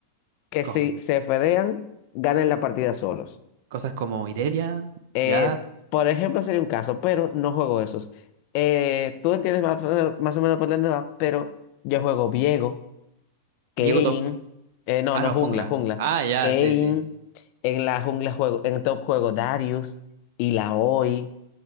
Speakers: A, on the left; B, on the right.
A: que
B: ¿Cómo?
A: si se fedean, ganen la partida solos.
B: Cosas como Irelia,
A: Eh,
B: Jax,
A: por ejemplo, sería un caso, pero no juego esos. Eh, tú entiendes más, o- más o menos por dónde va, pero yo juego Viego. Kane,
B: Viego Top.
A: eh, no,
B: Ah,
A: no,
B: no,
A: jungla,
B: jungla.
A: jungla.
B: Ah, ya,
A: Kane,
B: sí, sí.
A: en la jungla juego, en top juego Darius, Illaoi,